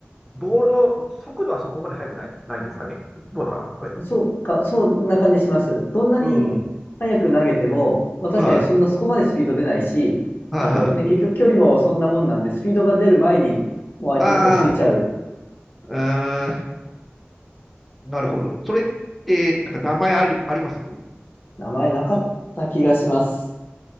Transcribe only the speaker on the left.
そうか、そんな感じします。どんなに早く投げても、
まあ、確かにそんなそこまでスピード出ないし、
あとね、結局距離もそんなもんなんで、スピードが出る前にもう相手のとこついちゃう。
名前なかった気がします。